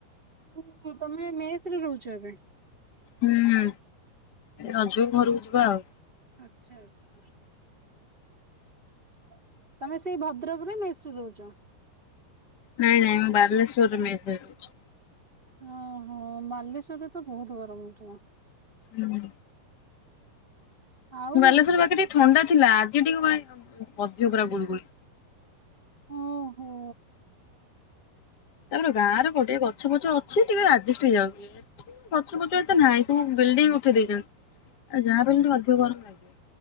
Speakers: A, on the right; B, on the left.
A: ଓ ହୋ ତୋମେ ମେସ୍ ରେ ରହୁଛ ଏବେ।
B: ହୁଁ। ରଜକୁ ଘରକୁ ଯିବା ଆଉ।
A: ଆଚ୍ଛା ଆଚ୍ଛା। <inaudible> ତୋମେ ସେଇ ଭଦ୍ରକରେ ମେସ୍ ରେ ରହୁଚ।
B: ନାଇଁ ନାଇଁ ମୁଁ ବାଲେଶ୍ୱରରେ ମେସ୍ ରେ ରହୁଚି।
A: ଓ ହୋ ବାଲେଶ ସେଠି ତ ବହୁତ ଗରମ ହଉଥୁବ?
B: ହୁଁ।
A: ଆଉ
B: ବାଲେଶ୍ଵର ପାଖେରେ ଥଣ୍ଡା ଥିଲା ଆଜି ଟିକେ କ ଅଧ ପୁରା ଗୁଳୁ ଗୁଳି।
A: ଓହୋ
B: ତାପରେ ଗାଁରେ ଗୋଟେ ଗଛ ପଛ ଅଛି ଟିକେ ରାଜଷ୍ଟଠ ଯାଉଛି ଏଠ ଗଛ ପଛ ଏତେ ନାହିଁ ସବୁ ବିଲଡିଙ୍ଗ ଉଠେଇ ଦେଇଛନ୍ତି ଆଉ ଯାହାବ ଅଧିକ ଗରମ ଲାଗିବ।